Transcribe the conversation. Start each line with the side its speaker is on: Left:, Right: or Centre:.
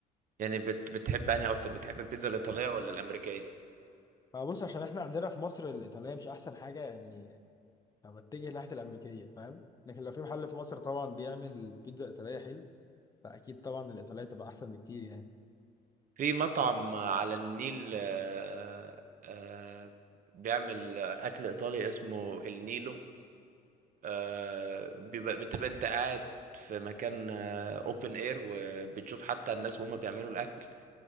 Right: يعني بت... بتحب انهي اكتر بتحب البيتزا الايطاليه ولا الامريكيه
Left: فبص عشان احنا عندنا في مصر الايطاليه مش احسن حاجه يعني فبتجه ناحيه الامريكيه فاهم لكن لو في محل في مصر طبعا بيعمل بيتزا ايطاليه حلو فاكيد طبعا الايطاليه تبقى احسن بكتير يعني
Right: في مطعم على النيل آه، آه، بيعمل اكل ايطالي اسمه النيلو آه، بيبقى بتبقى انت قاعد في مكان اوبن اير وبتشوف حتى الناس وهم بيعملوا الاكل